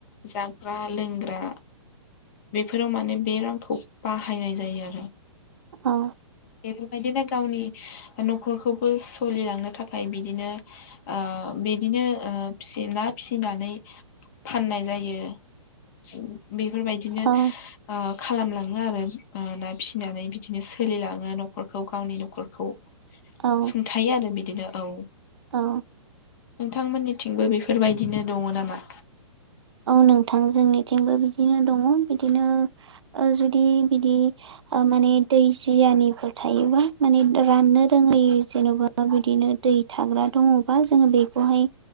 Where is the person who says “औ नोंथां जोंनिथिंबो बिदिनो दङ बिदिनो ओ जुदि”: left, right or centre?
Right